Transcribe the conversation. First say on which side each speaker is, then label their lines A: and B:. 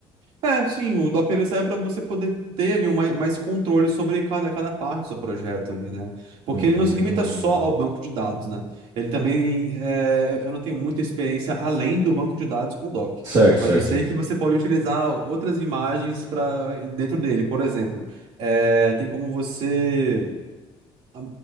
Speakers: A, on the right; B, on the right.
A: É, sim, o Docker ele serve para você poder ter ali um mai- mais controle sobre cada, cada parte do seu projeto ali, né? Porque
B: Hum,
A: ele não se limita só ao banco de dados, né? Ele também, é, eu eu não tenho muita experiência além do banco de dados com o Docker,
B: Certo,
A: mas
B: certo.
A: eu sei que você pode utilizar outras imagens para dentro dele. Por exemplo, é, tem como você a-